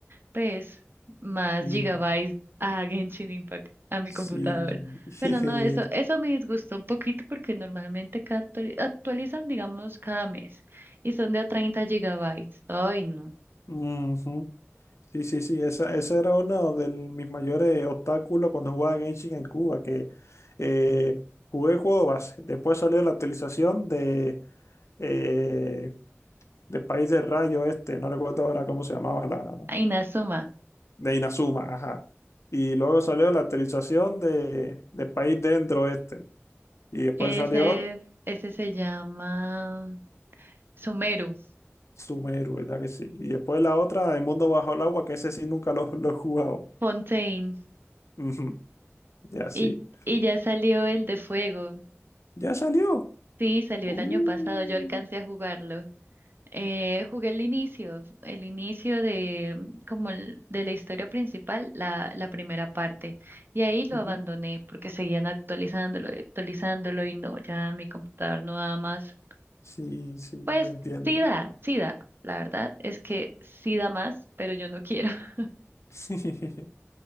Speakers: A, on the right; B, on the left.
A: pues, más
B: Y
A: gigabytes a Genshin Impact a mi
B: sí.
A: computador.
B: <laughs>
A: Pero no, eso, eso me disgustó un poquito porque normalmente cada actuali- actualizan, digamos, cada mes y son de a 30 gigabytes. Ay, no.
B: Ujú. Sí, sí, sí. Esa, ese era uno de mis mayores obstáculos cuando jugaba Genshin en Cuba, que eh, jugué el juego base. Después salió la actualización de... eh, de País del Rayo este, no recuerdo ahora cómo se llamaba la,
A: Inazuma.
B: de Inazuma, ajá. Y luego salió la actualización de, de País Dentro este, y después
A: Ese,
B: salió
A: ese se llama Sumeru,
B: Sumeru, ¿verdad que sí? Y después la otra, El Mundo Bajo el Agua, que ese sí nunca lo, lo he jugado.
A: Fontaine.
B: Ujú, Ya sí,
A: Y, y ya salió el de fuego.
B: ya salió.
A: Sí, salió
B: Uh,
A: el año pasado. Yo alcancé a jugarlo. Eh, jugué el inicio, el inicio de mm, como el- de la historia principal, la, la primera parte, y ahí lo
B: ujú.
A: abandoné porque seguían actualizándolo, actualizándolo y no, ya mi computador no da más.
B: Sí, sí,
A: Pues
B: ya entiendo.
A: sí da, sí da, la verdad es que sí da más, pero yo no quiero. <laughs>
B: <laughs>